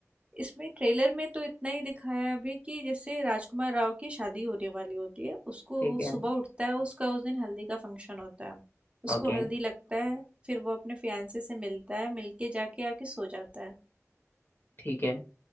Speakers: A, on the right (about 20°); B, on the left (about 40°).
A: इसमें ट्रेलर में तो इतना ही दिखाया है अभी कि जैसे राजकुमार राव की शादी होने वाली होती है उसको
B: ठीक
A: वो
B: है
A: सुबह उठता है उसका उस दिन हल्दी का फंक्शन होता है उसको
B: ओके
A: हल्दी लगता है फिर वो अपने फियांसे से मिलता है मिलके जाके आके सो जाता है
B: ठीक है